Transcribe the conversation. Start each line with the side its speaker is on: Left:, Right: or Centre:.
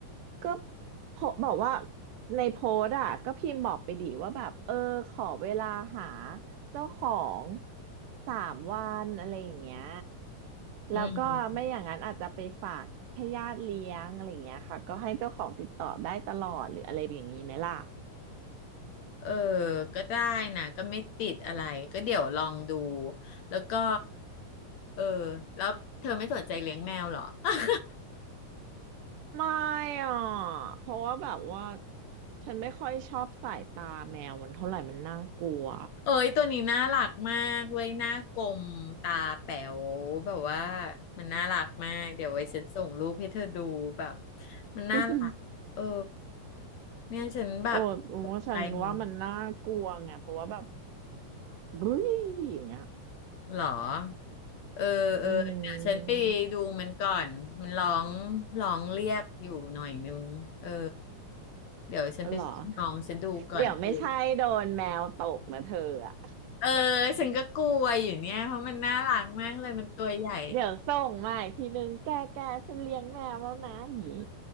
Right: ก็โพบอกว่าในโพสต์อ่ะก็พิมพ์บอกไปดิว่าแบบเออขอเวลาหาเจ้าของสามวันอะไรอย่างเงี้ย
Left: อืม
Right: แล้วก็ไม่อย่างนั้นอาจจะไปฝากให้ญาติเลี้ยงอะไรอย่างเงี้ยค่ะก็ให้เจ้าของติดต่อได้ตลอดหรืออะไรอย่างนี้ไหมล่ะ
Left: เออก็ได้นะก็ไม่ติดอะไรก็เดี๋ยวลองดูแล้วก็เออแล้วเธอไม่สนใจเลี้ยงแมวเหรอ <laughs>
Right: ไม่อ่ะเพราะว่าแบบว่าฉันไม่ค่อยชอบสายตาแมวมันเท่าไหร่มันน่ากลัว
Left: เอ้ยตัวนี้น่ารักมากเว้ยหน้ากลมตาแป๋วแบบว่ามันน่ารักมากเดี๋ยวไว้ฉันส่งรูปให้เธอดูแบบมันน่ารักเออ
Right: <laughs>
Left: เนี่ยฉันแบบตกใจมึง
Right: โอ้ผมว่าฉันว่ามันน่ากลัวไงเพราะว่าแบบบึ้ยอย่างเงี้ย
Left: เหรอ เออเออเดี๋ยวฉันไปดูมันก่อนมันร้อง
Right: อืม
Left: ร้องเรียกอยู่หน่อยนึงเออเดี๋ยวฉันไปช่วยน้องฉันดูก่อนเออ
Right: เหรอเดี๋ยวไม่ใช่โดนแมวตกนะเธออะ
Left: เออฉันก็กลัวอยู่เนี่ยเพราะมันน่ารักมากเลยมันตัวใหญ่
Right: เดี๋ยวส่งมาอีกทีนึงแกแกฉันเลี้ยงแมวแล้วนะอย่างงี้